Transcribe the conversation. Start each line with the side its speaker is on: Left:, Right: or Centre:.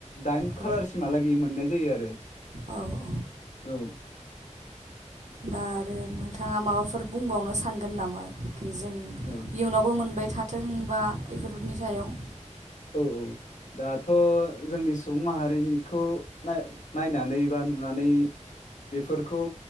Left: दाइन
Right: औ
Left: खालारसिम। मोननाय जायो आरो।
Right: औ औ।
Left: औ।
Right: दा आरो नोंथाङा माबाफोर बुंबावनो सानगोन नामा कि जों
Left: औ
Right: इयुनावबो मोनबाय थानो। थोंबा बेफोरनि सायाव।
Left: औ औ दाथ' जोंनि सुबुं माहारिखौ नायनानै बा। नुनानै बेफोरखौ